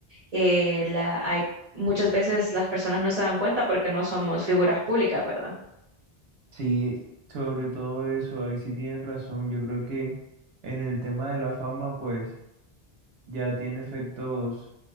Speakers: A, on the right; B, on the right.
A: eh, la, hay, muchas veces las personas no se dan cuenta porque no somos figuras públicas, ¿verdad?
B: Sí, sobre todo eso, ahí sí tienen razón. Yo creo que en el tema de la fama, pues ya tiene efectos